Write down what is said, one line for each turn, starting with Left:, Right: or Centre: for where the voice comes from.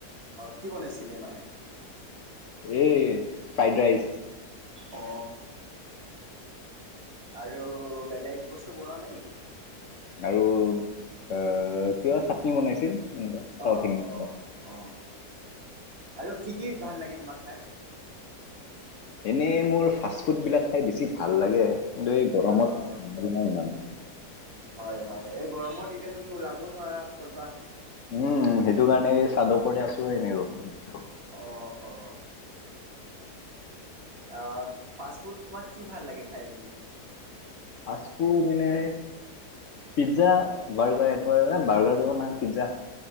Right: কি বনাইছিলে মায়ে
Left: এ ফ্ৰাইড ৰাইচ
Right: অ আৰু বেলেগ বস্তু বনোৱা নাই নেকি
Left: আৰু আহ কিবা চাটনি বনাইছিল এনেকুৱা চাউথ
Right: অ
Left: ইণ্ডিয়ান
Right: অ অ আৰু কি কি ভাল লাগে তোমাক খাই
Left: এনেই মোৰ ফাষ্ট ফুড বিলাক খাই বেছি ভাল লাগে কিন্তু এই গৰমত
Right: অঁ
Left: ইমান‌
Right: হয় হয় এই গৰমত এতিয়া তুমি ওলাব নোৱাৰা ক'তবা
Left: উম সেইটো কাৰণে চাটৰ ওপৰতে আছো এনে ৰহি
Right: অঁহ অঁহ অহ ফাষ্ট ফুড তোমাক কি ভাল লাগে খাই পিনি
Left: ফাষ্ট ফুড এনে পিজ্জা বাৰ্গাৰ এনেকুৱা ন বাৰ্গাৰ দিব না পিজ্জা